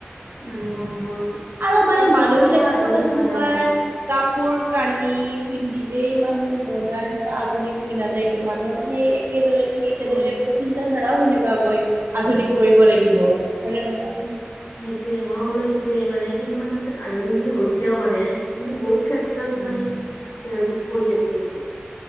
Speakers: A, on the left; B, on the right.
A: মানে
B: উম
A: মনবোৰ
B: আৰু মানে
A: চব
B: মানুহ
A: ক্ষেত্ৰৰ
B: বিলাকে
A: পৰা আধুনিক
B: চাবাচোন
A: হোৱা
B: তোমাৰ
A: নাই আৰু
B: কাপোৰ কানি পিন্ধি এই মানুহ মডাৰ্ণ বা আধুনিক হৈ নাযায় তো মানুহৰ সেই এক একেদৰে ঠিক একেদৰে
A: অ
B: চিন্তা ধাৰাও সেনেকুৱাকৈ আধুনিক কৰিব লাগিব। হয়নে নহয়।
A: সেই সেইটোয়ে মই কলো সেইটোয়ে মানে কিছুমান ক্ষেত্ৰত আধুনিক যদি হৈছেও মানে মানে বহুত বহত ক্ষেত্ৰত
B: উম,
A: মানে আছে আৰু পিছ পৰিৰি আছে এতিয়াও।